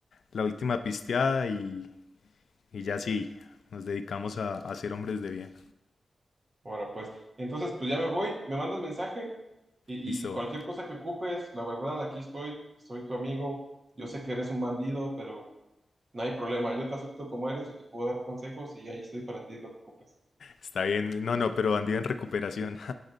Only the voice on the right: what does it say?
Ahora pues, entonces pues ya me voy, me mandas mensaje y,
y cualquier cosa que ocupes, la verdad, aquí estoy, soy tu amigo. Yo sé que eres un bandido, pero no hay problema, yo te acepto como eres, yo te puedo dar consejos y ahí estoy para ti lo que ocupes.